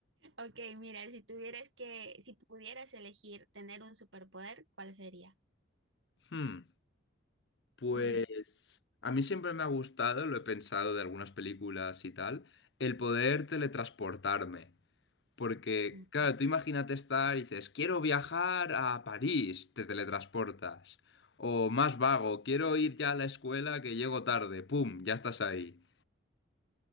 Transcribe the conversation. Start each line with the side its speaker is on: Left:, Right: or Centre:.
Right: Ok, mira, si tuvieras que, si pudieras elegir tener un superpoder, ¿cuál sería?
Left: Hmm. Pues
Right: <laughs>
Left: a mí siempre me ha gustado, lo he pensado de algunas películas y tal, el poder teletransportarme. Porque,
Right: Ujú.
Left: claro, tú imagínate estar y dices, quiero viajar a París, te teletransportas. O más vago, quiero ir ya a la escuela que llego tarde, ¡pum! Ya estás ahí.